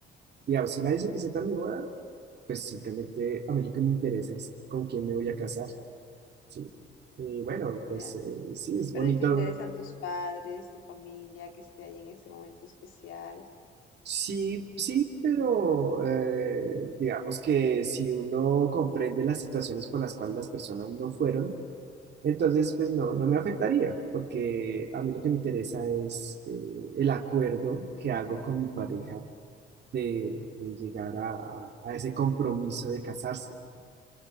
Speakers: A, on the right (about 60°); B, on the left (about 80°).
A: digamos, si nadie se presenta a mi boda, pues simplemente a mí lo que me interesa es con quién me voy a casar, ¿sí? Y bueno, pues
B: ya.
A: eh, sí, es
B: Pero
A: bonito
B: ni te interesan tus padres, tu familia que esté ahí en ese momento especial.
A: Sí, sí, pero eh, digamos que si uno comprende las situaciones por las cuales las personas no fueron, entonces pues no, no me afectaría, porque a mí lo que me interesa es eh, el acuerdo que hago con mi pareja de, de llegar a, a- a ese compromiso de casarse.